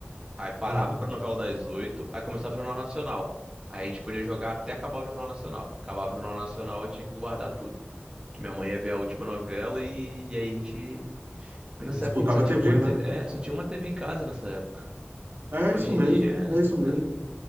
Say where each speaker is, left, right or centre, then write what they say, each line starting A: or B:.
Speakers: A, on the right (about 20°); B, on the right (about 65°).
A: Aí parava
B: Ah,
A: pra novela das oito, aí começava o Jornal Nacional. Aí a gente podia jogar até acabar o Jornal Nacional. Acabava o Jornal Nacional, a gente tinha que guardar tudo. Que minha mãe ia ver a última novela e, e aí a gente. Porque nessa
B: disputava
A: época a gente só tinha
B: a TV,
A: uma TV.
B: né?
A: É, só tinha uma TV em casa nessa época.
B: É
A: Hoje
B: isso
A: em
B: mesmo,
A: dia,
B: é isso mesmo.
A: né?